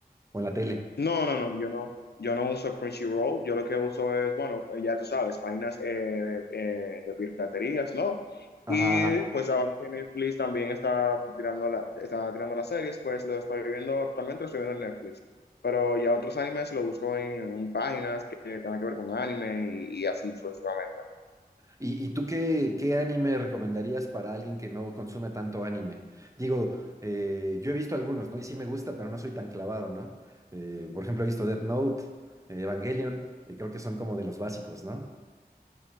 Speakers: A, on the right; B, on the left.
A: o en la tele?
B: No, no, no, yo no, yo no uso Crunchyroll, yo lo que uso es, bueno, eh, ya tú sabes, páginas eh, eh, de piraterías, ¿no?
A: Ajá,
B: Y
A: ajá.
B: pues ahora que Netflix también está tirando, la, está tirando las series, pues lo estoy viendo, actualmente lo estoy viendo en Netflix. Pero ya otros animes lo busco en, en páginas que tengan que ver con anime y, y así sucesivamente.
A: ¿Y, y tú qué, qué anime recomendarías para alguien que no consume tanto anime? Digo, eh, yo he visto algunos, ¿no? Y sí me gusta, pero no soy tan clavado, ¿no? Eh, por ejemplo, he visto Death Note, eh, Evangelion, y creo que son como de los básicos, ¿no?